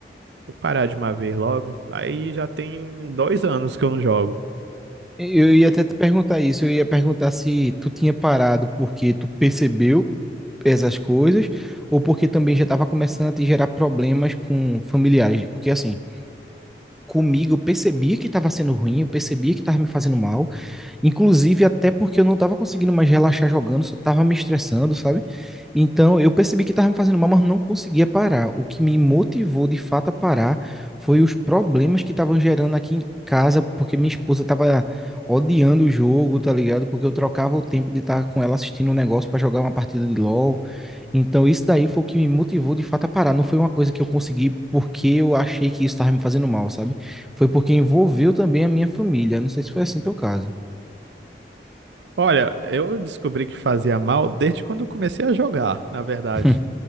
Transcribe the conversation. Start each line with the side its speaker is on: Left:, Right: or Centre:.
Right: Vou parar de uma vez logo. Aí já tem dois anos que eu não jogo.
Centre: Eu ia até te perguntar isso, eu ia perguntar se tu tinha parado porque tu percebeu essas coisas ou porque também já estava começando a te gerar problemas com familiares. Porque assim, comigo eu percebia que estava sendo ruim, eu percebia que estava me fazendo mal, Inclusive, até porque eu não estava conseguindo mais relaxar jogando, só estava me estressando, sabe? Então, eu percebi que estava me fazendo mal, mas não conseguia parar. O que me motivou de fato a parar foi os problemas que estavam gerando aqui em casa, porque minha esposa estava odiando o jogo, tá ligado? Porque eu trocava o tempo de estar com ela assistindo um negócio para jogar uma partida de LoL. Então, isso daí foi o que me motivou de fato a parar. Não foi uma coisa que eu consegui porque eu achei que isso estava me fazendo mal, sabe? Foi porque envolveu também a minha família. Não sei se foi assim teu caso.
Right: Olha, eu descobri que fazia mal desde quando eu comecei a jogar, na verdade.
Centre: <laughs>